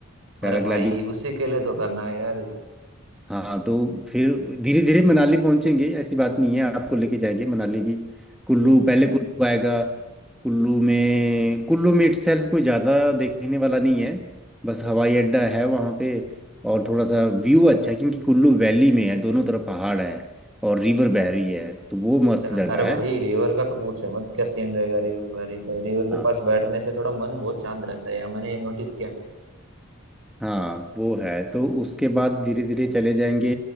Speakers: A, in the centre; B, on the right (about 65°).
A: पैराग्लाइडिंग
B: अरे भाई उसी के लिए तो करना है यार
A: हाँ तो फिर धीरे धीरे मनाली पहुंचेंगे ऐसी बात नहीं है आपको लेके जाएंगे मनाली भी कुल्लू
B: हम्म
A: पहले कुल्लू आएगा कुल्लू में कुल्लू में इटसेल्फ कोई ज़्यादा देखने वाला नहीं है बस हवाई अड्डा है वहाँ पे और थोड़ा सा व्यू अच्छा है क्योंकि कुल्लू वैली में है दोनों तरफ पहाड़ है और रिवर बह रही है तो वो मस्त
B: चा-
A: जगह
B: अरे भाई
A: है
B: रिवर का तो पूछे मत क्या सीन रहेगा रिवर वैली तो रिवर
A: हाँ
B: के पास बैठने से थोड़ा मन बहुत शांत रहता है यार मैंने ये नोटिस किया
A: हाँ वो है तो उसके बाद धीरे धीरे चले जाएंगे